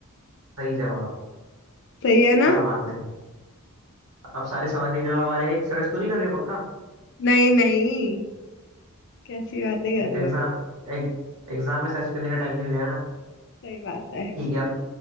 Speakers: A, on the right (about 70°); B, on the left (about 55°).
A: सही जवाब
B: सही है ना
A: क्या बात है अब सारे सवाल सही जवाब आ रहे हैं सर्च तो नहीं कर रही हो पक्का
B: नहीं नहीं कैसी बातें कर रहे
A: एग्जाम
B: हो
A: एग्जाम में सर्च करने का टाइम नहीं मिलेगा ना
B: सही बात है
A: ठीक है अब